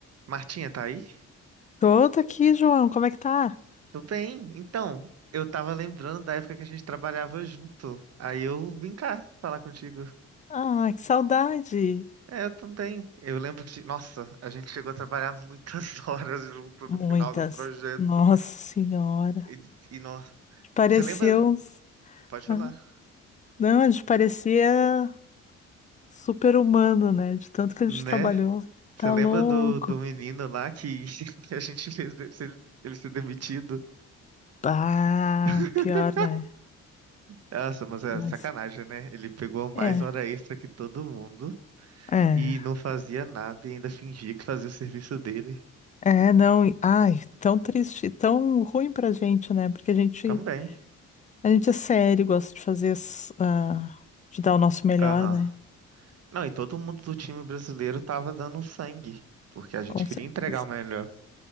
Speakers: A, on the right; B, on the left.
A: Martinha, tá aí?
B: Tô, tô aqui, João. Como é que tá?
A: Tudo bem. Então, eu tava lembrando da época que a gente trabalhava junto. Aí eu vim cá falar contigo.
B: Ah, que saudade.
A: É, eu também. Eu lembro que, nossa, a gente chegou a trabalhar muitas <laughs> horas junto
B: Muitas.
A: no final do projeto.
B: Nossa Senhora.
A: E, e nó-
B: Pareceu.
A: Você lembra? Pode falar.
B: né? Não, a gente parecia super-humano, né? De tanto que
A: Né?
B: a gente trabalhou.
A: Você
B: Tá
A: lembra
B: louco.
A: do, do menino lá que, <laughs> que a gente fez de- se- ele ser demitido?
B: Bah,
A: <laughs>
B: pior, né?
A: Nossa, mas é
B: Mas.
A: sacanagem, né? Ele pegou mais
B: É,
A: hora extra que todo mundo.
B: é.
A: E não fazia nada e ainda fingia que fazia o serviço dele
B: É, não. e- Ai, tão triste, tão ruim pra gente, né? Porque a gente,
A: também.
B: a gente é sério, gosta de fazer, as- ah, de dar o nosso melhor,
A: Aham.
B: né?
A: Não, e todo mundo do time brasileiro tava dando sangue, porque a gente
B: Com
A: queria
B: certeza.
A: entregar o melhor.